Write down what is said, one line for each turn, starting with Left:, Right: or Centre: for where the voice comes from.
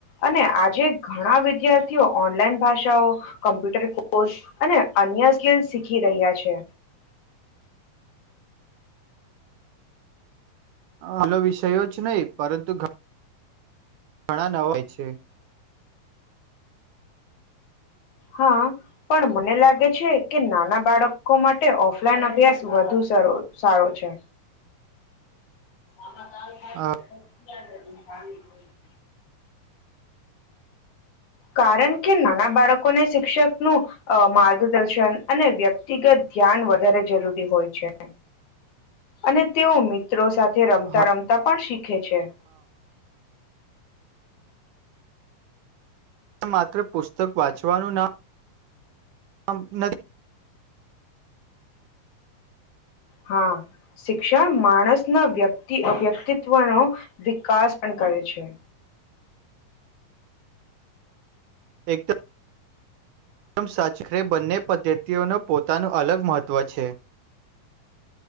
Left: અને આજે ઘણા વિદ્યાર્થીઓ ઓનલાઈન ભાષાઓ કમ્પ્યુટર કોર્સ અને અન્ય સ્કીલ શીખી રહ્યા છે.
Right: હાલ વિષયો જ નહીં પરંતુ ઘણા ઘણા નવાય છે.
Left: હા પણ મને લાગે છે કે નાના બાળકો માટે ઓફલાઈન અભ્યાસ વધુ સારો છે. હા <unintelligible>
Right: હા.
Left: બ બને <unintelligible> હા <unintelligible> કારણ કે નાના બાળકોને શિક્ષકનું, માર્ગદર્શન અને વ્યક્તિગત ધ્યાન વધારે જરૂરી હોય છે, અને તેઓ મિત્રો સાથે રમતા
Right: હા
Left: રમતા પણ શ ર ખે છે.
Right: એ માત્ર પુસ્તક વાંચવાનું નામ અમ ન
Left: હા, શિક્ષણ માણસના વ્યક્તિ વ્યક્તિત્વનો વિકાસ પણ કરે છે.
Right: એકદમમ સાચરે બંને પદ્ધતિઓનું પોતાનું અલગ મહત્ત્વ છે.